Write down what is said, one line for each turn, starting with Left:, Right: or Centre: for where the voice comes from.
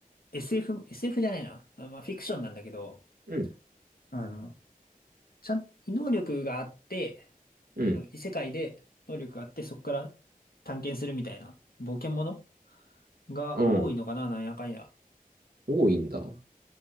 Left: SF、SF じゃないな。あまあ、フィクションなんだけど、
Right: うん、
Left: あの、ちゃん、異能力があって、
Right: うん、
Left: あの異世界で能力があって、そこから探検するみたいな冒険ものが多いのかな、
Right: うん。
Left: なんやかんや。
Right: 多いんだ。